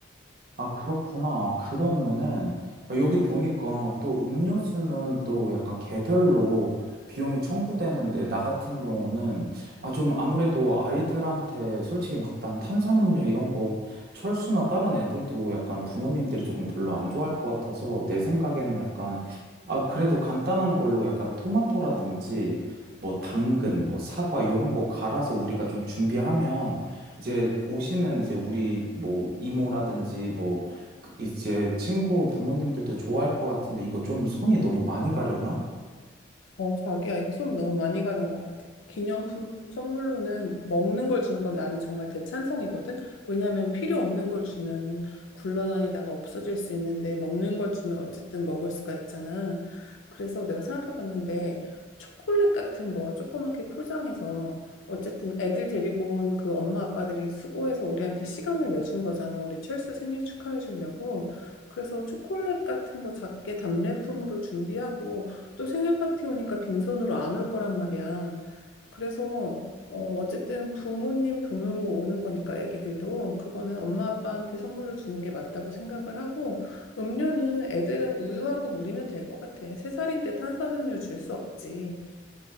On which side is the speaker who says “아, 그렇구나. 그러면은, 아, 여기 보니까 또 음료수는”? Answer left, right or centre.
Right